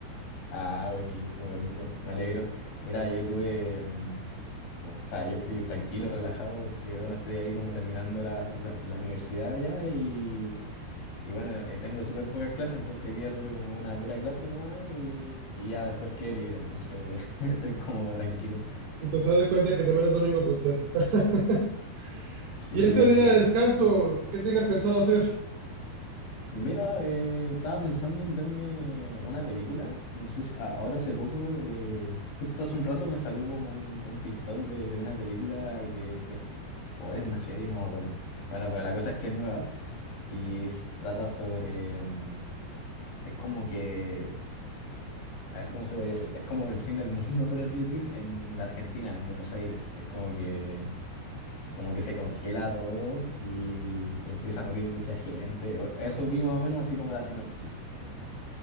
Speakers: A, on the left (about 85°); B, on the right (about 65°).
A: Ah, buenísimo, buenísimo, me alegro. Mira, yo tuve, mm, o o sea, yo estoy tranquilo, relajado, porque bueno, estoy ahí como terminando la, la, la universidad ya y, y bueno, eh, tengo súper pocas clases, entonces hoy día tuve como una pura clase nomás y, y ya después quedé libre, entonces <laughs> estoy como tranquilo.
B: Entonces, haz de cuenta que también es domingo, pues es. <laughs>
A: Sí,
B: Y este
A: así
B: día
A: que...
B: de descanso, ¿qué tiene pensado hacer?
A: Mira, eh, estaba pensando en verme una película, no sé si a- ahora hace poco, eh, justo hace un rato me salió como un, un TikTok de, de una película que, que- o es una serie, no me acuerdo. Bueno, pero la cosa es que es nueva y s- trata sobre, mm, es como que, a ver cómo se podría decir, es como el fin del mundo, <laughs> por así decir, en Argentina, en Buenos Aires. Es como que, como que se congela todo y, empieza a morir mucha gente. O- Eso vi más o menos así como la sinopsis.